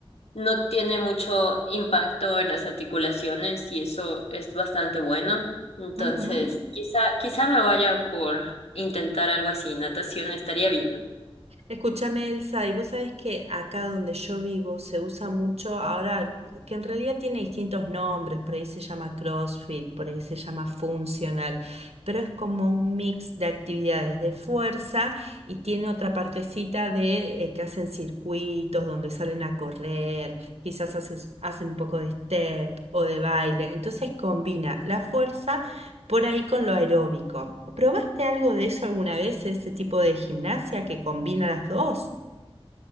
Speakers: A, on the left (about 75°); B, on the right (about 80°).
A: no tiene mucho impacto en las articulaciones y eso es bastante bueno. Entonces,
B: Ujú.
A: quizá quizá me vaya por intentar algo así, natación estaría bien.
B: Escúchame, Elsa, y vos sabés que acá donde yo vivo se usa mucho ahora, que en realidad tiene distintos nombres, por ahí se llama CrossFit, por ahí se llama funcional, pero es como un mix de actividades de fuerza y tiene otra partecita de eh, que hacen circuitos donde salen a correr, quizás haces- hacen un poco de step o de baile, entonces combina la fuerza por ahí con lo aeróbico. ¿Probaste algo de eso alguna vez, ese tipo de gimnasia que combina las dos?